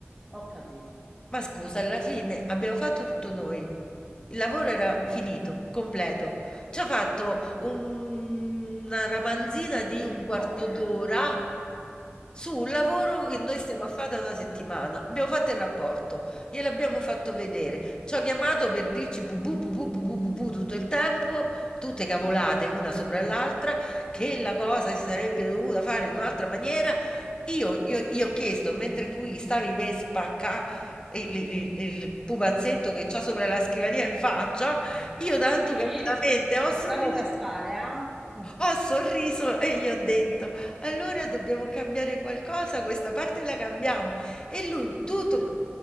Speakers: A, in the centre; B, on the left.
A: Ho capito.
B: Ma scusa, alla fine abbiamo fatto tutto noi. Il lavoro era finito, completo. Ci ha fatto un- una ramanzina di un
A: Pippone.
B: quarto d'ora su un lavoro che noi stiamo a fare da una settimana. Abbiamo fatto il rapporto, gliel'abbiamo fatto vedere. Ci ha chiamato per dirci bu bu bu bu bu bu bu bu tutto il tempo, tutte cavolate una sopra l'altra, che la cosa si sarebbe dovuta fare in un'altra maniera. Io, io, io ho chiesto, mentre tu gli stavi per spaccà il, il- il pupazzetto che c'ha sopra la scrivania in faccia, io tanto
A: Sì,
B: carinamente ho
A: lo
B: sorriso,
A: stavo per fare, ah? Mm.
B: ho sorriso e gli ho detto, allora dobbiamo cambiare qualcosa, questa parte la cambiamo. E lui, tutto